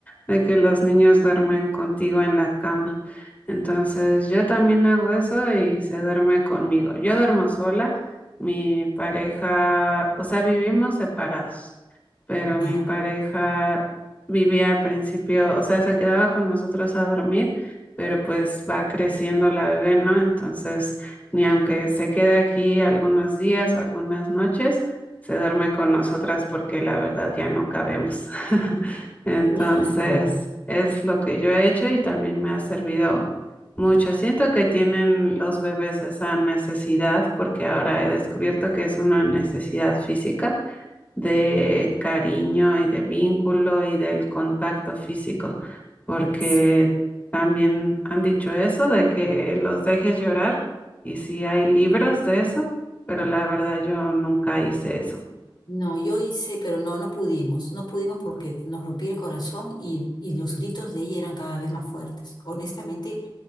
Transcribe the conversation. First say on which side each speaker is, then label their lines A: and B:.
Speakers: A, on the left; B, on the left.
A: de que los niños duermen contigo en la cama. Entonces yo también hago eso y se duerme conmigo. Yo duermo sola, mi pareja, o sea, vivimos separados, pero
B: Ya,
A: mi pareja vivía al principio, o sea, se quedaba con nosotros a dormir, pero pues va creciendo la bebé, ¿no? Entonces ni aunque se quede aquí algunos días o algunas noches, se duerme con nosotras porque la verdad ya no cabemos. <laughs> Entonces,
B: claro.
A: es lo que yo he hecho y también me ha servido mucho. Siento que tienen los bebés esa necesidad porque ahora he descubierto que es una necesidad física de cariño y de vínculo y del contacto físico, porque
B: Sí.
A: también han dicho eso de que los dejes llorar y sí hay libros de eso, pero la verdad yo nunca hice eso.
B: No, yo hice, pero no, no pudimos, no pudimos porque nos rompí el corazón y, y los gritos de ella eran cada vez más fuertes. Honestamente,